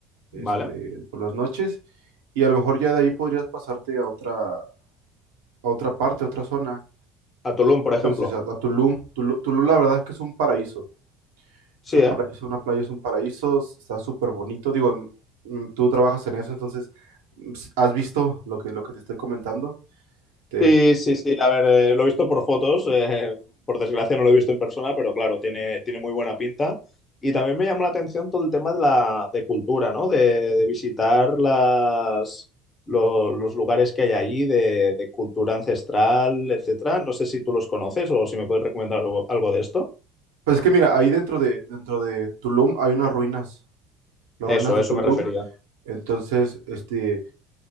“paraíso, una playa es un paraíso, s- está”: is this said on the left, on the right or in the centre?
Right